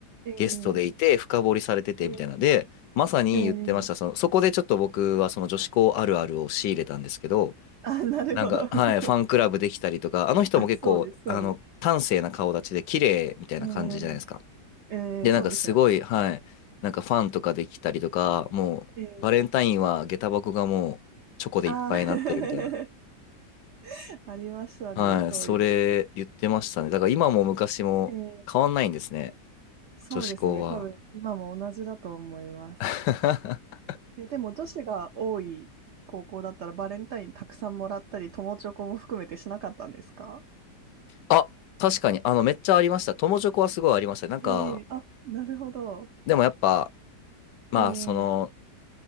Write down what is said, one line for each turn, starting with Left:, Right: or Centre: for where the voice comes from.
Right: ええ
Left: ゲストでいて深掘りされててみたいなので、
Right: え
Left: まさに言ってました。
Right: えええ
Left: その、そこでちょっと僕はその女子校あるあるを仕入れたんですけど、
Right: あ、なるほど。
Left: なんか、はい、
Right: <laughs>
Left: ファンクラブできたりとか、あの人も結構、
Right: あ、そうです、そうです。
Left: あの、端正な顔立ちで綺麗みたいな感じじゃないですか。
Right: えー、えーそうですよね。
Left: で、なんかすごい、はい、なんかファンとかできたりとか、もう、
Right: えー、
Left: バレンタインは下駄箱がもうチョコでいっぱいになってるみたいな。
Right: あー <laughs> ありましたね、
Left: はい、
Right: そういう。
Left: それ言ってましたね。だから今も昔も変わんないんですね。
Right: えー、そうですね、
Left: 女子校は。
Right: 多分今も同じだと思います。
Left: <laughs>
Right: え、でも女子が多い高校だったらバレンタインたくさんもらったり、友チョコも含めてしなかったんですか
Left: あ、確かに、あの、めっちゃありました。友チョコはすごいありました。なんか、
Right: えー、あ、なるほど。
Left: でもやっぱ、まあ、
Right: えー、
Left: その、